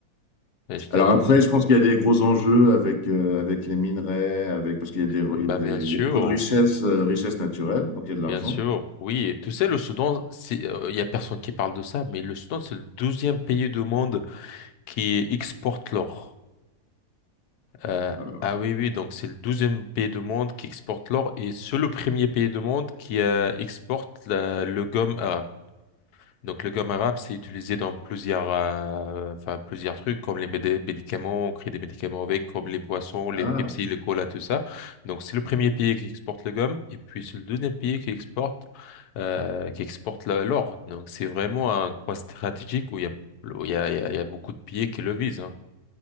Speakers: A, on the left; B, on the left.
A: Et je t'avoue.
B: Alors après, je pense qu'il y a des gros enjeux avec, euh, avec les minerais, avec, parce qu'il y a des,
A: Bah,
B: il y a des-
A: bien sûr.
B: il y a beaucoup de richesses, euh, richesses naturelles, donc il y a de
A: Bien
B: l'argent.
A: sûr. Oui. Et tu sais, le Soudan, c'est, euh, il y a personne qui parle de ça, mais le Soudan, c'est le douzième pays du monde qui exporte l'or. Euh,
B: Ah ben voilà.
A: ah oui, oui. Donc, c'est le douzième pays du monde qui exporte l'or et c'est le premier pays du monde qui euh, exporte la- le gomme arabe. Donc le gomme arabe, c'est utilisé dans plusieurs, euh, enfin, plusieurs trucs, comme les médi- médicaments, on crée des médicaments avec, comme les boissons, les
B: Ah.
A: Pepsi, le cola, tout ça. Donc c'est le premier pays qui exporte le gomme, et puis c'est le deuxième pays qui exporte, euh, qui exporte la- l'or. Donc c'est vraiment un coin stratégique où il y a, où il y a, il y a, il y a beaucoup de pays qui le visent. hein.